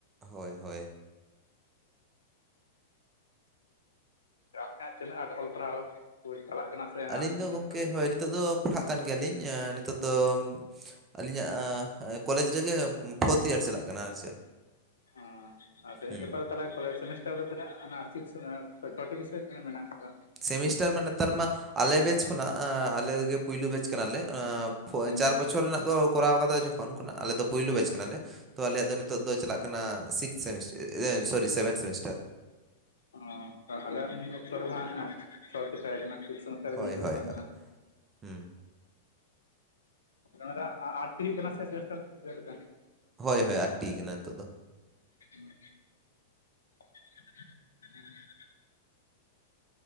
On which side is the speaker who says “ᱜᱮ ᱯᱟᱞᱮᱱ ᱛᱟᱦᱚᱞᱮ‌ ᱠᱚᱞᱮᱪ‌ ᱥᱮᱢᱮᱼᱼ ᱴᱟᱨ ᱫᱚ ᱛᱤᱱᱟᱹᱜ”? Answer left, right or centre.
Left